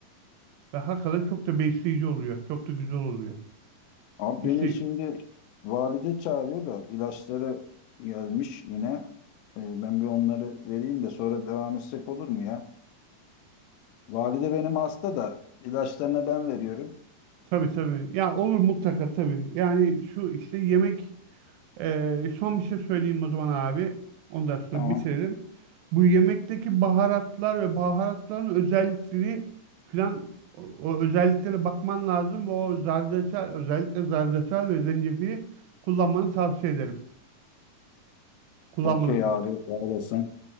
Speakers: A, on the right (about 85°); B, on the left (about 80°).
A: ve hakikaten çok da besleyici oluyor. Çok da güzel oluyor.
B: Abi
A: İşte
B: beni şimdi valide çağırıyor da ilaçları gelmiş yine. Ee, Ben bir onları vereyim de sonra devam etsek olur mu ya? Valide benim hasta da ilaçlarını ben veriyorum.
A: tabii tabii. Ya olur mutlaka tabii. Yani şu işte yemek Ee, son bir şey söyleyeyim o zaman abi. Ondan sonra
B: Tamam.
A: bitirelim. Bu yemekteki baharatlar ve baharatların özellikleri filan o, o özelliklere bakman lazım ve o zerdeçal özellikle zerdeçal ve zencefili kullanmanı tavsiye ederim. Kullanmanızı.
B: Okey abi sağ olasın.